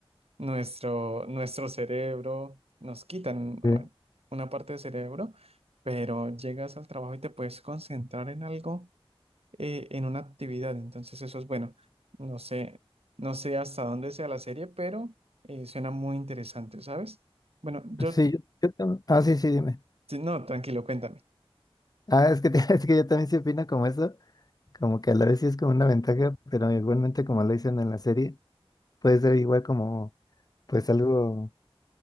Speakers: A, on the right (about 80°); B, on the left (about 40°).
A: nuestro, nuestro cerebro, nos quitan
B: Sí,
A: bueno, una parte del cerebro, pero llegas al trabajo y te puedes concentrar en algo eh, en una actividad. Entonces eso es bueno. No sé, no sé hasta dónde sea la serie, pero eh, suena muy interesante, ¿sabes? Bueno, yo,
B: Sí, yo, yo tam- Ah, sí, sí, dime.
A: sí, no, tranquilo, cuéntame.
B: Ah, es que, te- <laughs> es que yo también sí opino como eso. Como que a la vez sí es como una ventaja, pero igualmente como lo dicen en la serie, puede ser igual como, pues algo,